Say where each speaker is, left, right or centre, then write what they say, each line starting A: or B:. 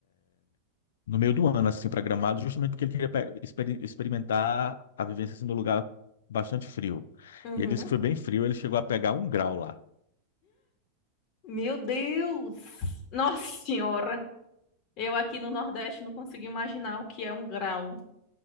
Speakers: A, on the left; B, on the left.
A: no meio do ano, assim, para Gramado, justamente porque ele queria pe- exper- experimentar a vivência assim, num lugar bastante frio.
B: Uhum.
A: E ele disse que foi bem frio, ele chegou a pegar um grau lá.
B: Meu Deus! Nossa Senhora! Eu aqui no Nordeste não consigo imaginar o que é um grau.